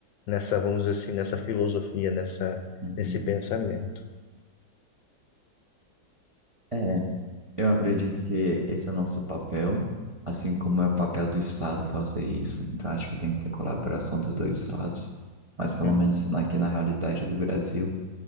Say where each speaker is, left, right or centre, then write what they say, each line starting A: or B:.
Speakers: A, on the left (about 85°); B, on the right (about 35°).
A: nessa, vamos dizer assim, nessa filosofia, nessa,
B: uhum.
A: nesse pensamento.
B: É. Eu acredito que esse é o nosso papel, assim como é o papel do Estado fazer isso. Então, acho que tem que ter colaboração dos dois lados. Mas, pelo
A: Hum,
B: menos aqui na realidade do Brasil,